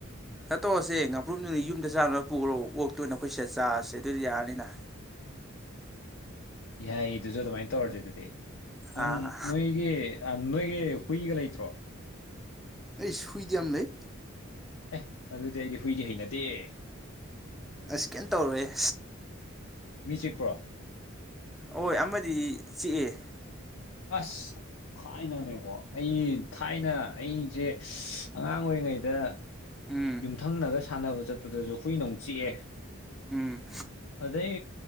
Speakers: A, in the centre; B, on the left.
A: <unintelligible> ꯇꯧꯁꯦ ꯉꯥꯄ꯭ꯔꯨꯝꯗꯨꯗ ꯌꯨꯝꯗ ꯆꯥꯅꯕꯅꯕ ꯄꯨꯈ꯭ꯔꯣ ꯑꯣꯛꯇꯣꯏꯅ ꯑꯩꯈꯣꯏ ꯁꯤꯗ ꯆꯥꯔꯁꯦ ꯑꯗꯨꯗꯤ ꯌꯥꯔꯅꯤꯅ
B: ꯌꯥꯏꯌꯦ ꯑꯗꯨꯁꯨ ꯑꯗꯨꯃꯥꯏꯅ ꯇꯧꯔꯁꯦ ꯑꯗꯨꯗꯤ ꯅꯪ
A: ꯑꯥ
B: ꯅꯣꯏꯒꯤ ꯅꯣꯏꯒꯤ ꯍꯨꯏꯒ ꯂꯩꯇ꯭ꯔꯣ
A: ꯑꯩꯁ ꯍꯨꯏꯗꯤ ꯌꯥꯝ ꯂꯩ
B: ꯑꯦ ꯑꯗꯨꯗꯤ ꯑꯩꯗꯤ ꯍꯨꯏꯗꯤ ꯍꯩꯅꯗꯦꯍꯦ
A: ꯏꯁ ꯀꯧꯝ ꯇꯧꯔꯣꯏꯍꯦ
B: ꯃꯤ ꯆꯤꯛꯄ꯭ꯔꯣ
A: ꯍꯣꯏ ꯑꯃꯗꯤ ꯆꯤꯛꯑꯦ
B: ꯑꯁ ꯊꯥꯏꯅꯅꯦꯀꯣ ꯑꯩ ꯊꯥꯏꯅ ꯑꯩꯁꯦ ꯑꯉꯥꯡ ꯑꯣꯏꯔꯤꯉꯩꯗ
A: ꯎꯝ
B: ꯌꯨꯝꯊꯪꯅꯕꯗ ꯁꯥꯟꯅꯕ ꯆꯠꯄꯗꯁꯨ ꯍꯨꯏꯅ ꯑꯃꯨꯛ ꯆꯤꯛꯑꯦ
A: ꯎꯝ
B: ꯑꯗꯩ